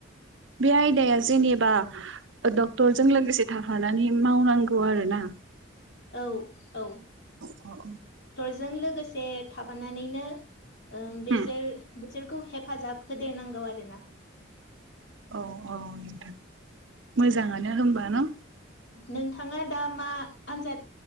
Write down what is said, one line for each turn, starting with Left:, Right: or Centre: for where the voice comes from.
Right: बे आयदाया जेनेबा डक्टरजों लोगोसे थाफानानै मावनांगौ आरो ना?
Left: औ - औ।
Right: अ- अ-अ
Left: जों लोगोसे थाफानानैनो बेसोर
Right: अ
Left: बिसोरखौ हेफाजाब होदेरनांगौ आरोना
Right: औ -औ नोंथां मोजाङानो होनबा न
Left: नोंथाङा दा मा आनजाद